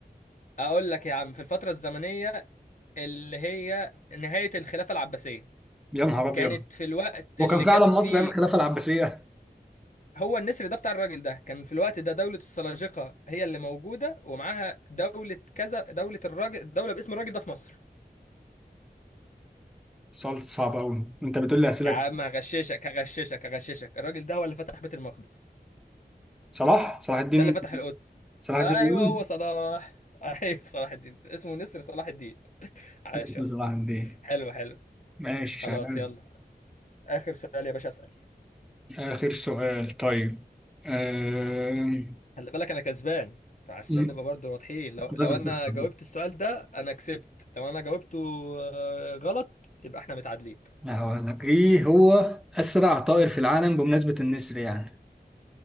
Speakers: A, on the left; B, in the centre.
A: اقول لك يا عم في الفترة الزمنية اللي هي نهاية الخلافة العباسية
B: يا نهار ابيض
A: كانت في الوقت
B: وكان
A: اللي
B: فعلا
A: كانت
B: مصر
A: فيه
B: ايام الخلافه العباسيه
A: هو النسر ده بتاع الراجل ده كان في الوقت ده دولة السلاجقة هي اللي موجودة ومعاها دولة كذا دولة الراجل دولة باسم الراجل ده في مصر
B: السؤال صعب قوي انت بتقول لي اسئله
A: يا عم
B: كتير.
A: هغششك هغششك هغششك الراجل ده هو اللي فتح بيت المقدس
B: صلاح صلاح الدين
A: ده اللي فتح القدس
B: صلاح
A: ايوه
B: الدين الايوبي
A: هو صلاح <laughs> ايوه صلاح الدين اسمه نسر صلاح الدين
B: <laughs>
A: عاش
B: بص
A: يا اسطى
B: صلاح الدين
A: حلو حلو
B: ماشي شغال
A: خلاص يلا اخر سؤال يا باشا اسال
B: اخر سؤال طيب آم،
A: خلي بالك انا كسبان فعشان
B: م-
A: نبقى برضه واضحين لو لو
B: لازم
A: انا
B: تخسر
A: جاوبت
B: بقى
A: السؤال ده انا كسبت لو انا جاوبته آه، غلط يبقى احنا متعادلين
B: لا هقول لك ايه هو اسرع طائر في العالم بمناسبه النسر يعني